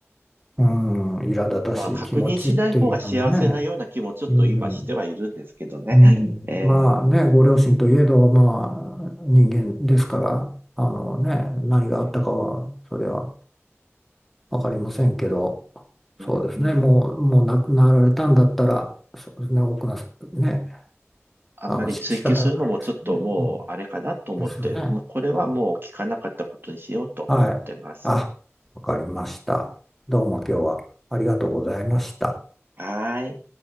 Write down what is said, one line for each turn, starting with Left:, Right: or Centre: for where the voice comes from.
Centre: うん、苛立たしい気持ちっていうのもね、
Right: まあ、確認しない方が幸せなような気もちょっと今してはいるんですけどね。
Centre: うん、うん、
Right: <laughs> えー
Centre: まあね、ご両親といえど、まあ、人間ですから、あのね、何があったかは、
Right: えー
Centre: それは分かりませんけど、
Right: ねうんうん
Centre: そうですね、もう、もう亡くなられたんだったら、そうですね、奥の、ね、
Right: あんまり追求するのもちょっともうあれかなと思って、
Centre: あの、し仕方がないですよね。うん、ですよね。
Right: もうこれはもう聞かなかったことにしようと思ってます。
Centre: あはい。あ、わかりました。どうも今日はありがとうございました。
Right: はーい。